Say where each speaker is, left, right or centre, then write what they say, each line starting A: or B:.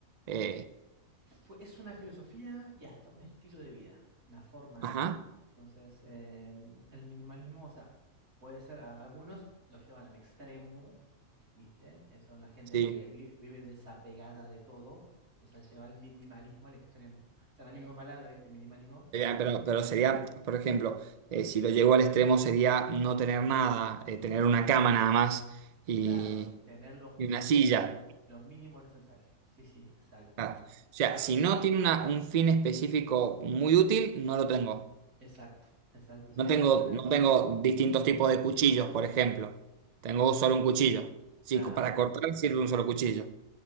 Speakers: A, on the right (about 65°); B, on the right (about 80°).
A: eh,
B: fue- es una filosofía y hasta un estilo de vida, una forma
A: ajá.
B: de vida. Entonces, eh, el minimalismo, o sea, puede ser, a- algunos lo llevan al extremo, ¿viste? Eh, Son la gente
A: sí.
B: que vi- vive desapegada de todo, o sea, lleva el minimalismo al extremo. O sea, la misma palabra, ¿viste? Minimalismo,
A: Eh, ah, pero, pero sería, por ejemplo, eh, si lo llevo al extremo sería no tener nada, eh, tener una cama nada más y,
B: claro, tener lo
A: y una
B: mínimo,
A: silla.
B: lo mínimo necesario. Sí, sí, exacto.
A: Ah, O sea,
B: Yo,
A: si no tiene una- un fin específico muy útil, no lo tengo.
B: exacto, exacto. Sería
A: No tengo,
B: como una,
A: no tengo distintos tipos de cuchillos, por ejemplo. Tengo solo un cuchillo. Sí,
B: claro,
A: co- para cortar sirve un solo cuchillo.